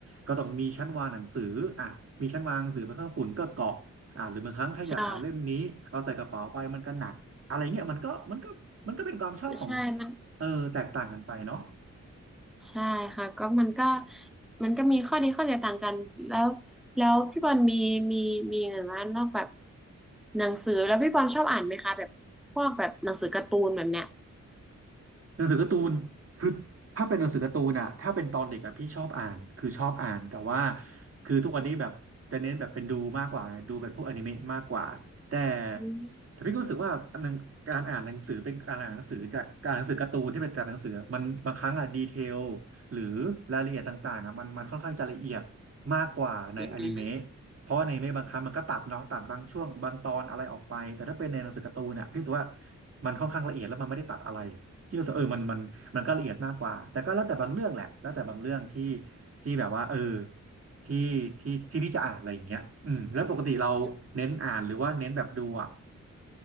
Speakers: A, on the right; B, in the centre.
A: ก็ต้องมีชั้นวางหนังสืออ่ะมีชั้นวางหนังสือบนเครื่องฝุ่นก็เกาะ อ่าหรือบางครั้งถ้าอยากอ่านเล่มนี้เอาใส่กระเป๋าไปมันก็หนักอะไรเงี้ยมันก็มันก็มันก็เป็นความชอบของ
B: ใช่ใช่มัน
A: เออแตกต่างกันไปเนาะ
B: ใช่ค่ะก็มันก็มันก็มีข้อดีข้อเสียต่างกันแล้วแล้วพี่บอลมีมีมีเห็นว่านอกแบบหนังสือแล้วพี่บอลชอบอ่านไหมคะแบบพวกแบบหนังสือการ์ตูนแบบเนี้ย
A: หนังสือการ์ตูนคือถ้าเป็นหนังสือการ์ตูนอะถ้าเป็นตอนเด็กอะพี่ชอบอ่านคือชอบอ่าน แต่ว่าคือทุกวันนี้แบบจะเน้นแบบเป็นดูมากกว่าไงดูเป็นพวกอนิเมะมากกว่าแต่
B: อืม
A: แต่พี่ก็รู้สึกว่าอันหนึ่งการอ่านหนังสือเป็นการอ่านหนังสือจากการอ่านหนังสือการ์ตูนที่เป็นจากหนังสือมันบางครั้งอะดีเทลหรือรายละเอียดต่างๆอะมันมันค่อนข้างจะละเอียดมากกว่าในอนิเมะ
B: อืม
A: เพราะว่าในอนิเมะบางครั้งมันก็ตัดเนาะตัดบางช่วงบางตอนอะไรออกไปแต่ถ้าเป็นในหนังสือการ์ตูนอะพี่รู้สึกว่ามันค่อนข้างละเอียดแล้วมันไม่ได้ตัดอะไร พี่ก็รู้สึกเออมันมันมันก็ละเอียดมากกว่าแต่ก็แล้วแต่บางเรื่องแหละแล้วแต่บางเรื่องที่ที่แบบว่าเออที่ที่ที่พี่จะอ่านอะไรอย่างเงี้ยอืมแล้วปกติเราเน้นอ่านหรือว่าเน้นแบบดูอ่ะ
B: อืม